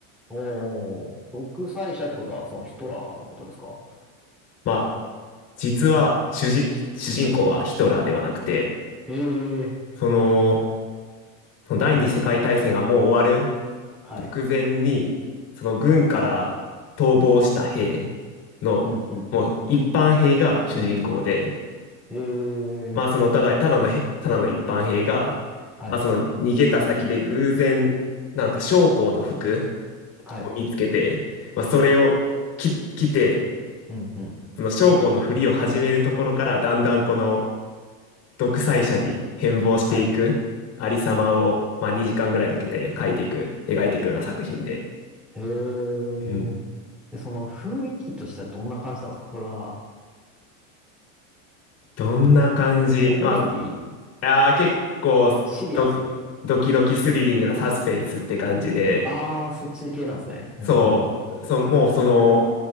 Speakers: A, in the centre; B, on the left (about 40°).
A: おー、独裁者ってことはそのヒトラーのことですか
B: まあ、実は主人、主人公はヒトラーではなくて、
A: ええ
B: その、その第二次世界大戦がもう終わる
A: ー、はい。
B: 直前に、その軍から逃亡した兵の、
A: うん、うん、
B: もう一般兵が主人公で、
A: うん。ええ
B: まあそのただ、
A: ー、
B: ただのへ、ただの一般兵が、
A: はい、
B: まあその逃げた先で偶然、なんか将校の服
A: はい。
B: を見つけて、まあそれを着、着て、
A: うん、うん、
B: その将校のふりを始めるところから、だんだんこの独裁者に変貌していく、
A: はい、
B: ありさまを、
A: はい。
B: まあ2時間ぐらいかけて描いていく、描いていくような作品で。
A: ええー、
B: うん。
A: で、その雰囲気としてはどんな感じなんですかこれは、
B: どんな感じま
A: コメディ
B: あ、あー結構ドキ、
A: シリアス
B: ドキドキスリリングなサスペンスって感じで、
A: ああー、そっち系なんですね。え
B: そう、
A: え
B: そ、もうその、